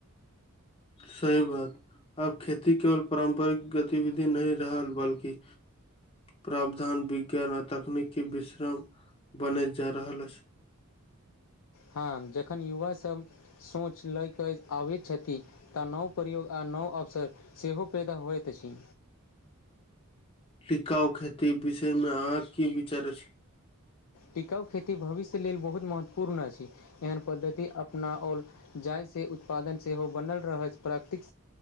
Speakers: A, on the left (about 25°); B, on the left (about 75°).
A: सही बात अब खेती केवल पारम्परिक गतिविधि नहि रहल बल्कि प्रावधान विज्ञान आ तकनीकी विश्राम बनल जा रहल अछि
B: हँ जखन युवा सब सोच लय कऽ आबै छथिन तऽ नव प्रयोग आ नव अवसर सेहो पैदा होइत अछि
A: लिकाउ खेती विषय मे अहाँ की विचार छी
B: टिकाउ खेती भविष्य लेल बहुत महत्वपूर्ण अछि एहन पद्धति अपनाओ जाहिसँ उत्पादन सेहो बनल रहैत अछि प्राकृतिक